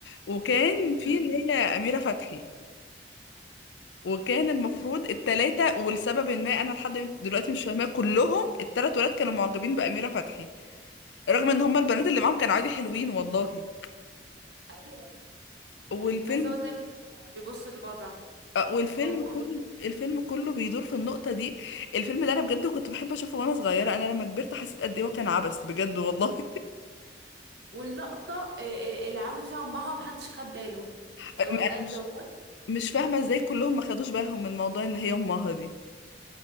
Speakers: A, on the left (about 85°); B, on the right (about 75°).
A: وكان في
B: مم.
A: اللي هي اميره فتحي وكان المفروض التلاتة ولسبب ما انا لحد دلوقتي مش فاهماه كلهم التلات ولاد كانوا معجبين باميره فتحي رغم ان هم البنات اللي معاهم كانوا عادي حلوين والله
B: أيوة
A: والفيلم
B: بس هو دايما بيبصوا لبره
A: آه، والفيلم
B: هما كلهم
A: كل الفيلم كله بيدور في النقطة دي الفيلم ده انا بجد كنت بحب اشوفه وانا صغيرة انا لما كبرت حسيت قد ايه هو كان عبث بجد والله
B: واللقطة إيه، إيه، اللي عامل فيها أمها ومحدش خد باله
A: <laughs>
B: اللي هو
A: انا
B: بجد
A: مش
B: والله
A: مش فاهمة ازاي كلهم ما خدوش بالهم من موضوع ان هي امها دي